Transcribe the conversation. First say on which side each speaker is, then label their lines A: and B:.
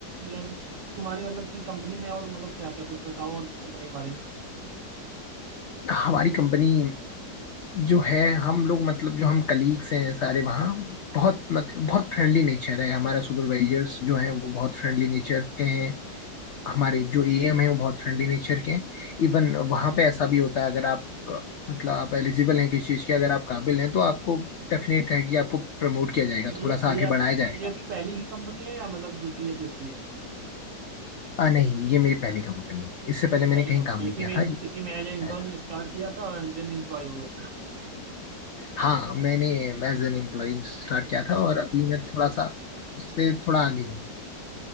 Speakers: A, on the right; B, on the left.
A: यार तुम्हारी मतलब कि कंपनी में और मतलब क्या क्या कुछ बताओ और कंपनी के बारे में
B: हमारी कंपनी जो है हम लोग मतलब जो हम कलीग्स हैं सारे वहाँ बहुत मतलब बहुत फ्रेंडली नेचर है हमारा सुपरवाइजर्स जो है वो बहुत फ्रेंडली नेचर के हैं हमारे जो एएम है वो बहुत फ्रेंडली नेचर के हैं इवन वहाँ पे ऐसा भी होता है अगर आप अ, मतलब आप एलिजिबल हैं किसी चीज़ के अगर आप काबिल हैं तो आपको डेफिनेट है कि आपको प्रमोट किया जाएगा
A: तो ये
B: थोड़ा सा
A: ये
B: आगे
A: आपकी
B: बढ़ाया जाएगा
A: ये आपकी पहली ही कंपनी है या मतलब दूसरी या तीसरी है
B: आ, नहीं ये मेरी पहली कंपनी है इससे पहले मैंने
A: पहली
B: कहीं
A: कंपनी
B: काम नहीं
A: इसी
B: किया
A: में
B: था ये
A: इसी में एज
B: पहला।
A: इंटर्न स्टार्ट किया था एंड देन एम्प्लॉय हो गए है ना
B: हाँ मैंने एज एन एम्प्लॉय स्टार्ट किया था और अभी मैं थोड़ा सा उससे थोड़ा आगे हूँ